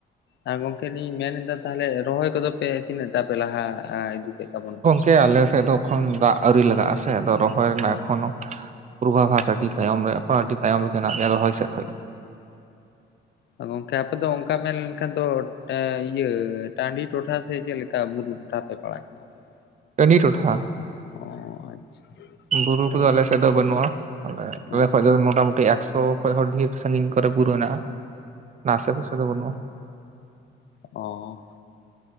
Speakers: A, on the left; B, on the right.
A: ᱟᱨ ᱜᱚᱝᱠᱮ ᱞᱤᱧ ᱢᱮᱱᱮᱫ ᱛᱟᱦᱞᱮ ᱨᱚᱦᱚᱭ ᱠᱚᱫᱚ ᱯᱮ ᱛᱤᱱᱟᱹᱜ ᱴᱟ ᱯᱮ ᱞᱟᱦᱟ ᱠᱟᱜᱼᱟ ᱤᱫᱤ ᱠᱮᱫ ᱛᱟᱵᱚᱱᱟ?
B: ᱟᱞᱮᱥᱮᱜ ᱫᱚ ᱮᱠᱷᱚᱱ ᱫᱟᱜ ᱟᱣᱨᱤ ᱞᱟᱜᱟᱜᱼᱟ ᱥᱮ ᱟᱫᱚ ᱨᱚᱦᱚᱭ ᱨᱮᱱᱟᱜ
A: ᱦᱳᱭ
B: ᱮᱠᱷᱚᱱᱳ ᱯᱩᱨᱵᱟ ᱵᱷᱟᱥ ᱟᱹᱰᱤ ᱛᱟᱭᱚᱢ ᱨᱮ ᱮᱠᱷᱚᱱ ᱟᱹᱰᱤ ᱛᱟᱭᱚᱢ ᱨᱮᱜᱮ ᱢᱮᱱᱟᱜ ᱞᱮᱭᱟ ᱨᱚᱦᱚᱭ ᱥᱮᱫ ᱠᱷᱚᱡ ᱫᱚ᱾ <inaudible>
A: ᱜᱚᱝᱠᱮ ᱟᱯᱮ ᱫᱚ ᱚᱝᱠᱟ ᱢᱮᱱᱞᱱᱠᱷᱟᱱ ᱫᱚ ᱤᱭᱟᱹ ᱴᱟᱺᱰᱤ ᱴᱚᱴᱷᱟ ᱥᱮ ᱪᱮᱜ ᱞᱮᱠᱟ ᱵᱩᱨᱩ? ᱴᱟ ᱯᱮ ᱯᱟᱲᱟᱜ ᱠᱟᱱᱟ ᱟᱯᱮ ᱫᱚ?
B: ᱴᱟᱺᱰᱤ ᱴᱚᱴᱷᱟ᱾
A: ᱚᱸᱻ ᱟᱪᱪᱷᱟ᱾
B: ᱵᱩᱨᱩ
A: ᱦᱳᱭ
B: ᱠᱚᱫᱚ ᱟᱞᱮᱥᱮᱜ ᱫᱚ ᱵᱟᱹᱱᱩᱜᱼᱟ᱾ ᱟᱞᱮ ᱟᱞᱮ
A: ᱚ
B: ᱠᱷᱚᱡ ᱫᱚ ᱢᱚᱴᱟ ᱢᱩᱴᱤ ᱮᱠᱥᱚ ᱥᱚ ᱠᱷᱚᱡ ᱦᱚ ᱰᱷᱮᱨ ᱥᱟᱺᱜᱤᱧ ᱠᱚᱨᱮ ᱵᱩᱨᱩ ᱦᱮᱱᱟᱜᱼᱟ᱾ ᱚᱱᱟ ᱟᱥᱮ ᱯᱟᱥᱮ ᱫᱚ ᱵᱟᱹᱱᱩᱜᱼᱟ᱾
A: ᱚᱸᱻ